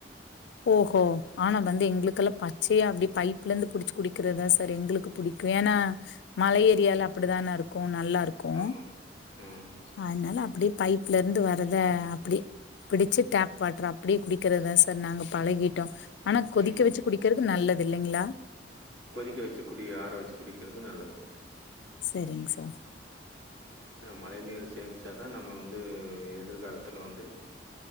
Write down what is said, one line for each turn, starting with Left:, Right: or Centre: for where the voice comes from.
Left: ஓ ஓ ஆனா வந்து எங்ளுக்கெல்லா பச்சையா அப்டியே பைப்ல இருந்து புடிச்சு குடிக்றதா சார் எங்ளுக் புடிக்கு ஏனா மல ஏரியால
Right: ம்
Left: அப்டித்தானா இருக்கு நல்லா இருக்கு
Right: ஆமாம் ம்
Left: அதனால அப்டியே பைப்ல இருந்து வர்த அப்டியே பிடிச்சி டேப் வாட்டரே அப்டியே குடிக்றதா சார் நாங்க பழகிட்டோ ஆனா கொதிக்க
Right: ம்
Left: வச்சு குடிக்கறது நல்லது இல்லைங்களா
Right: கொதிக்க வச்சி குடி ஆர வச்சி குடிக்றது நல்லதுங்க
Left: சேரிங் சார்
Right: ஆன மழை நீர்சேமிச்சாதா நம்ம வந்து எதுர்காலத்துல வந்து